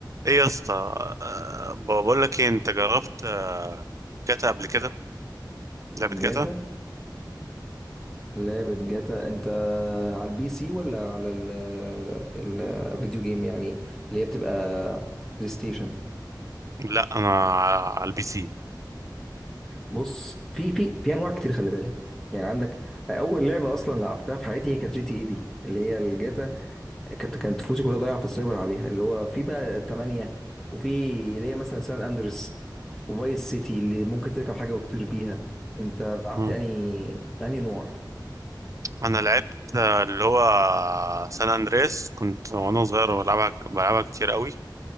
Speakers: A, on the right; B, in the centre.
A: ايه يا اسطى أه بقول لك ايه انت جربت آه، جاتا قبل كده لعبة
B: جاتا
A: جاتا
B: لعبة جاتا انت على البي سي ولا على ال- الفيديو جيم يعني اللي هي بتبقى بلاي ستيشن
A: لا انا على البي سي
B: بص في في في انواع كتير خلي بالك يعني عندك اول لعبة اصلا لعبتها في حياتي هي كانت جي تي اي دي اللي هي الجاتا كانت كانت فلوسي كلها ضايعة في السايبر عليها اللي هو في بقى تمانية وفي اللي هي مثلا سان اندريس وفايس سيتي اللي ممكن تركب حاجة وتطير بيها انت لعبت
A: مم.
B: انهي انهي نوع
A: انا لعبت آه، اللي هو سان اندريس كنت وانا صغير بلعبها بلعبها كتير قوي